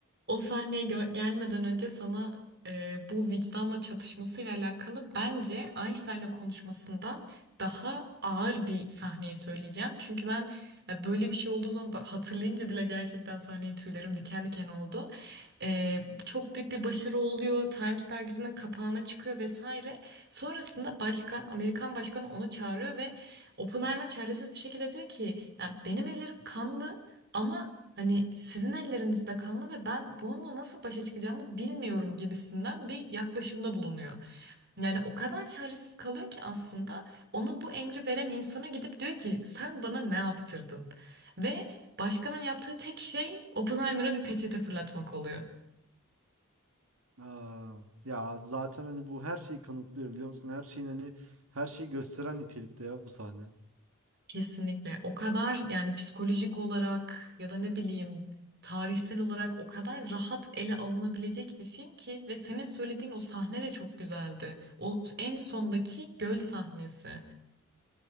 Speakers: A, on the right; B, on the right.
A: O sahneye gö- gelmeden önce sana e, bu vicdanla çatışmasıyla alakalı bence Einstein'la konuşmasından daha ağır bir sahneyi söyleyeceğim. Çünkü ben e, böyle bir şey olduğu zaman bak, hatırlayınca bile gerçekten sahneyi tüylerim diken diken oldu. Ee, çok büyük bir başarı oluyor. Times dergisinin kapağına çıkıyor vesaire. Sonrasında başkan, Amerikan başkanı onu çağırıyor ve Oppenheimer çaresiz bir şekilde diyor ki ya benim ellerim kanlı ama hani sizin elleriniz de kanlı ve ben bununla nasıl başa çıkacağımı bilmiyorum gibisinden bir yaklaşımda bulunuyor. Yani o kadar çaresiz kalıyor ki aslında ona bu emri veren insana gidip diyor ki sen bana ne yaptırdın? Ve başkanın yaptığı tek şey Oppenheimer'a bir peçete fırlatmak oluyor.
B: Aa, ya zaten hani bu her şeyi kanıtlıyor biliyor musun? Her şeyin hani her şeyi gösteren nitelikte ya bu sahne.
A: Kesinlikle. O kadar yani psikolojik olarak ya da ne bileyim tarihsel olarak o kadar rahat ele alınabilecek bir film ki ve senin söylediğin o sahne de çok güzeldi. O en sondaki göl sahnesi.